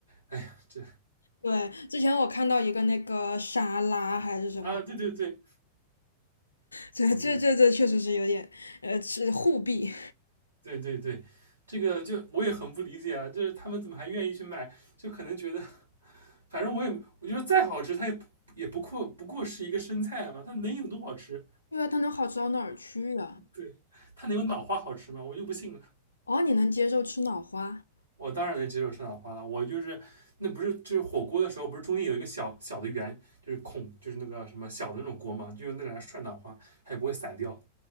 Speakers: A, on the right; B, on the left.
A: 哎呀，这
B: 对，之前我看到一个那个沙拉还是什么，
A: 啊，对对对，
B: 这这这这确实是有点呃是互弊，
A: 嗯，对对对，这个就我也很不理解啊，就是他们怎么还愿意去买，就可能觉得，反正我也我觉得再好吃，它也不也不过不过是一个生菜嘛，它能有多好吃？
B: <laughs> 因为它能好吃到哪儿去啊？
A: 对，它能有脑花好吃吗？我就不信了。
B: 哦，你能接受吃脑花？
A: 我当然能接受生脑花了。我就是那不是就是火锅的时候，不是中间有一个小小的圆，就是孔，就是那个什么小的那种锅嘛，就用那个来涮脑花，它也不会散掉，